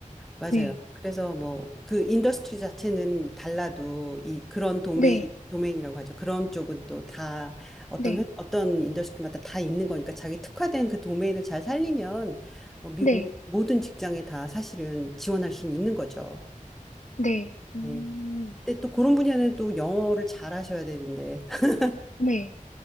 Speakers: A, in the centre; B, on the left.
A: 맞아요.
B: 네.
A: 그래서 뭐 그 인더스트리 자체는 달라도 이 그런 도메인
B: 네.
A: 도메인이라고 하죠. 그런 쪽은 또 다 어떤
B: 네.
A: 회- 어떤 인더스트리마다 다 있는 거니까 자기 특화된 그 도메인을 잘 살리면 어, 미국
B: 네.
A: 모든 직장에 다 사실은 지원할 수는 있는 거죠.
B: 네. 음,
A: 네. 근데 또 그런 분야는 또 영어를 잘 하셔야 되는데 <laughs>
B: 네.